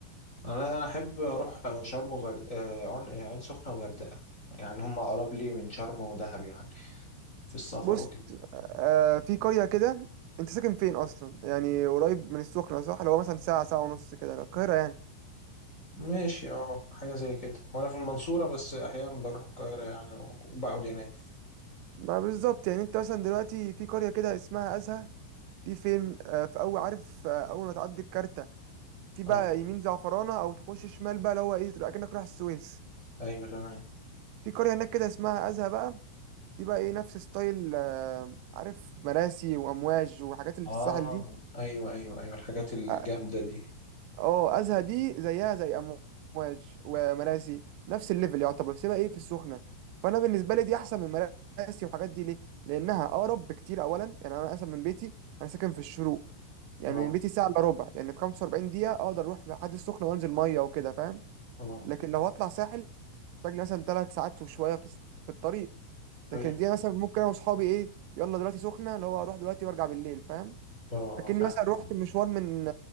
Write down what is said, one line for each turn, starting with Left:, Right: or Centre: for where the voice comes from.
Left: أنا أنا أحب أروح شرم وغرد آه عن... عين سخنة وغردقة يعني هم أقرب لي من شرم ودهب يعني في السفر
Right: بص
Left: وكده
Right: آه في قرية كده انت ساكن فين اصلا يعني قريب من السخنة صح اللي هو مثلا ساعة ساعة ونص كده لو القاهرة يعني
Left: ماشي اه حاجة زي كده وانا في المنصورة بس احيانا بروح القاهرة يعني وبقعد هناك
Right: ما بالظبط يعني انت مثلا دلوقتي في قرية كده اسمها أزهى دي فين آه، في أول عارف آه، أول ما تعدي الكارتة في بقى
Left: اه
Right: يمين زعفرانة أو تخش شمال بقى اللي هو إيه تبقى كأنك رايح السويس
Left: ايوه تمام
Right: في قرية هناك كده اسمها أزهى بقى دي بقى إيه نفس ستايل آه، عارف مراسي وأمواج وحاجات اللي
Left: اه
Right: في الساحل دي
Left: ايوه ايوه ايوه الحاجات الجامدة
Right: آه،
Left: دي
Right: اه ازهى دي زيها زي امواج ومراسي نفس الليفل يعتبر سيبها ايه في السخنه فانا بالنسبه لي دي احسن من مراسي والحاجات دي ليه لانها اقرب بكتير اولا يعني انا مثلا من بيتي انا ساكن في الشروق يعني
Left: اه
Right: من بيتي ساعه الا ربع يعني في 45 دقيقه اقدر اروح لحد السخنه وانزل ميه وكده فاهم
Left: اه
Right: لكن لو هطلع ساحل محتاج لي مثلا ثلاث ساعات وشويه في في الطريق لكن
Left: ايوه
Right: دي مثلا ممكن انا واصحابي ايه يلا دلوقتي سخنه اللي هو اروح دلوقتي وارجع بالليل فاهم
Left: اه
Right: اكني
Left: فعلا
Right: مثلا رحت
Left: آه،
Right: مشوار من